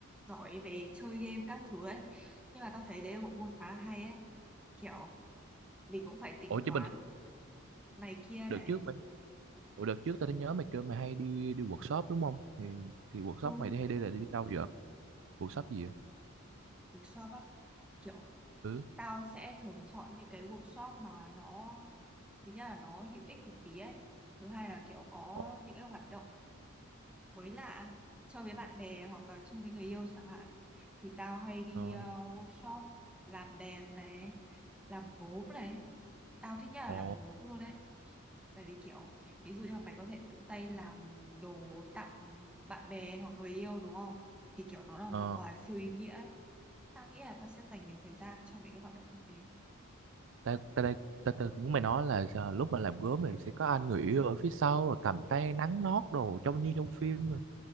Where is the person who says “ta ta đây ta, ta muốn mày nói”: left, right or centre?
Right